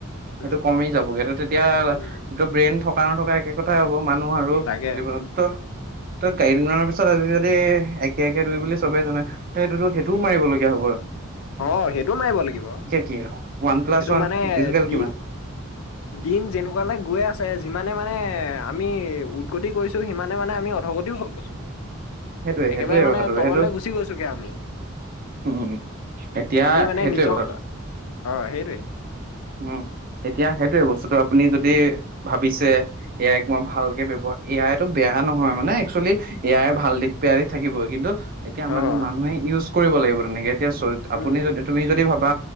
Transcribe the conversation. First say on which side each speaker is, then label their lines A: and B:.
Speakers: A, on the right; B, on the left.
A: সেইটো
B: উম,
A: কমি যাব গে তেতিয়া
B: উম,
A: এইটো ব্ৰেইন থকা নথকা সেই কথাই হ'ব। মানুহ আৰু
B: তাকে
A: জীৱনত ত ত কেইদিনমানৰ পিছত আজি যদি সয়াকে দুই বুলি চবে জানে ত সেইটোতো সেইটোও মাৰিবলগীয়া হ'ব আৰু
B: অ সেইটোও মাৰিব লাগিব সেইটো
A: কি হয়? ওৱান প্লাছ ওৱান
B: মানে
A: ইজুকেল
B: দিন
A: কিমান
B: দিন যেনেকুৱালৈ গৈ আছে যিমানে মানে এ আমি উদগতি কৰিছো সিমানে মানে আমি অৰ্ধগতিও হৈ গৈছো
A: সেইটোয়ে সেইটোয়ে
B: একেবাৰে মানে
A: কথাটো
B: তললে
A: সেইটো
B: গুচি গৈছোগে আমি
A: উম এতিয়া
B: আমি মানে
A: সেইটোৱে
B: নিজক
A: কথাটো
B: অ', সেইটোৱে
A: উম তেতিয়া সেইটো বস্তুটো আপুনি যদি ভাবিছে এ আইক মই ভালকে ব্ৱহাৰ এ আইটো বেয়া নহয় মানে এক্চেলি এয়াই
B: নহয়
A: ভাল দিশ থাকিব কিন্তু এতিয়া
B: অ',
A: মানে মানুহে ইউজ কৰিব লাগিব তেনেকে এতিয়া
B: উম,
A: আপুনি
B: উম,
A: যদি তুমি যদি ভাবা